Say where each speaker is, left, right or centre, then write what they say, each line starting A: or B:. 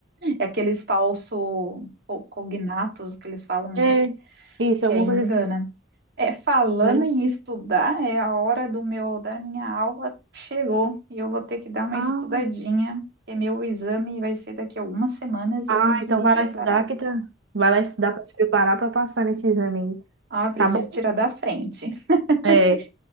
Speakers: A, on the right; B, on the right.
A: É aqueles falso co- cognatos que eles falam, não
B: É,
A: sei,
B: isso,
A: que
B: alguma
A: aí engana.
B: coisa assim.
A: É, falando
B: né?
A: em estudar, é a hora do meu, da minha aula chegou e eu vou ter que dar uma
B: Ah,
A: estudadinha, porque meu exame vai ser daqui a algumas semanas
B: ah,
A: e eu tenho que
B: então
A: me
B: vai
A: preparar.
B: lá estudar que tá. Vai lá estudar pra se preparar pra passar nesse exame aí.
A: Ah, preciso
B: Tá bom?
A: tirar da frente. <laughs>
B: É,